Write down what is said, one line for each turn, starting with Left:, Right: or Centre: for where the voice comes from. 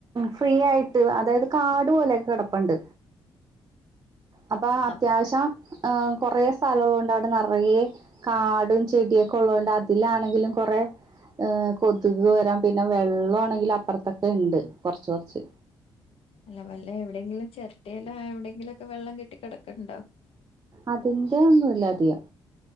Right: ഫ്രീ ആയിട്ട് അതായത് കാട് പോലെയൊക്കെ കിടപ്പുണ്ട് അപ്പൊ അത്യാവശ്യ
Left: ആ
Right: ആ കൊറെേ സ്ഥലംള്ളത് കൊണ്ട് അവിടെ നെറയെ കാടും ചെടിയൊക്കെ ഉള്ളതത് കൊണ്ട് അതിലാണെങ്കിലും കൊറെ ഏ കൊതുക് വരാം പിന്നെ വെള്ളാണങ്കില് അപ്പർത്തൊക്കെ ഇണ്ട് കൊറച്ച് കൊറച്ച്
Left: അല്ല വല്ല എവിടെയെങ്കിലും ചിരട്ടല് എവിടെെങ്കിെലൊക്കെവെള്ളം കെട്ടി കിടക്കണ്ടോ
Right: അതിന്റെ ഒന്നുമല്ല അധികം